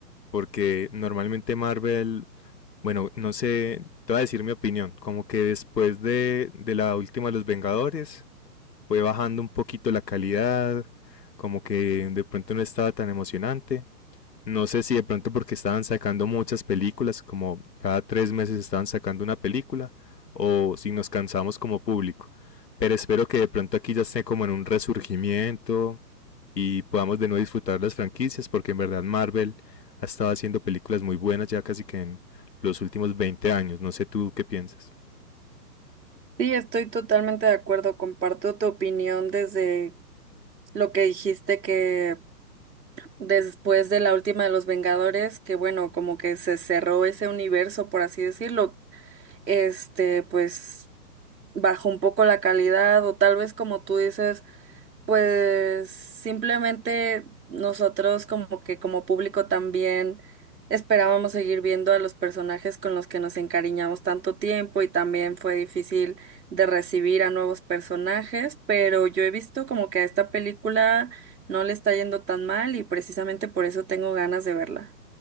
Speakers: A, on the left (about 80°); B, on the right (about 85°).
A: porque normalmente Marvel, bueno, no sé, te voy a decir mi opinión, como que después de, de la última de Los Vengadores fue bajando un poquito la calidad, como que de pronto no estaba tan emocionante. No sé si de pronto porque estaban sacando muchas películas, como cada tres meses estaban sacando una película, o si nos cansamos como público. Pero espero que de pronto aquí ya esté como en un resurgimiento, y podamos de nuevo disfrutar las franquicias, porque en verdad Marvel ha estado haciendo películas muy buenas ya casi que en los últimos 20 años. No sé tú qué piensas.
B: Sí, estoy totalmente de acuerdo, comparto tu opinión desde lo que dijiste que después de la última de los Vengadores, que bueno, como que se cerró ese universo, por así decirlo, este, pues... bajó un poco la calidad o tal vez como tú dices, pues simplemente nosotros como que como público también esperábamos seguir viendo a los personajes con los que nos encariñamos tanto tiempo y también fue difícil de recibir a nuevos personajes, pero yo he visto como que a esta película no le está yendo tan mal y precisamente por eso tengo ganas de verla.